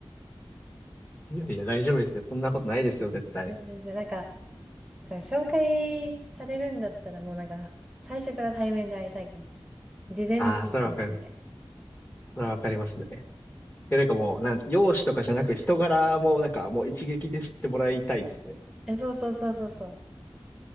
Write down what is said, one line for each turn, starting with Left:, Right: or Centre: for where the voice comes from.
Left: いやいや、大丈夫ですよ。そんなことないですよ、絶対。
Centre: <laughs> 全然、なんかさ、紹介されるんだったらもうなんか最初から対面で会いたいかも。事前準備で
Left: ああ、それはわかります。それはわかりますね。え、なんかもう、なん、容姿とかじゃなく、人柄も、なんかもう一撃で知ってもらいたいっすね。
Centre: え、そうそうそうそうそう。